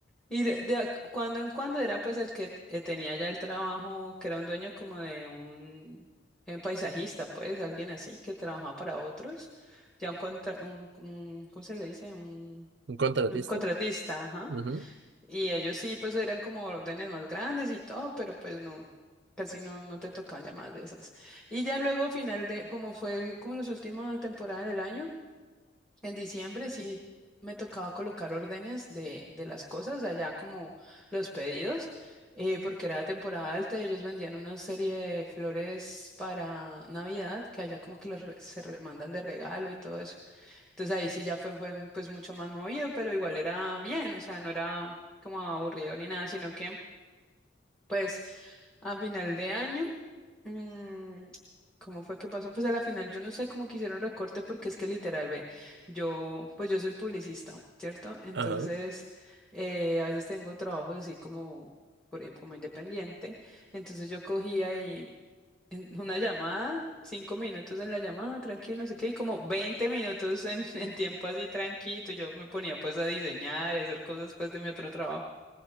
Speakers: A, in the centre; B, on the right (about 60°).
A: Y de, de cuando en cuando era pues el que eh, tenía ya el trabajo, que era un dueño como de un eh, paisajista, pues alguien así que trabajaba para otros, ya un, contra, un, un- ¿cómo se le dice? Un
B: ¿Un contratista?
A: contratista, ajá.
B: Ujú.
A: Y ellos sí, pues eran como órdenes más grandes y todo, pero pues no, casi no, no te tocaban llamadas de esas. Y ya luego final de, como fue como las últimas temporadas del año. En diciembre sí me tocaba colocar órdenes de, de las cosas, allá como los pedidos, eh, porque era temporada alta, y ellos vendían una serie de flores para Navidad, que allá como que las re- se re- mandan de regalo y todo eso. Entonces ahí sí ya fue, fue pues mucho más movido, pero igual era bien, o sea, no era como aburrido ni nada, sino que... Pues a final de año. mm, ¿cómo fue que pasó? Pues a la final yo no sé cómo que hicieron recorte porque es que literal, ve, yo, pues yo soy publicista, ¿cierto? Entonces,
B: Ajá.
A: eh, a veces tengo trabajos así como, por ejemplo, como independiente. Entonces yo cogía y en una llamada, cinco minutos en la llamada, tranquilo, no sé qué, y como 20 minutos en, <laughs> en tiempo así tranquilo. Yo me ponía pues a diseñar y a hacer cosas pues de mi otro trabajo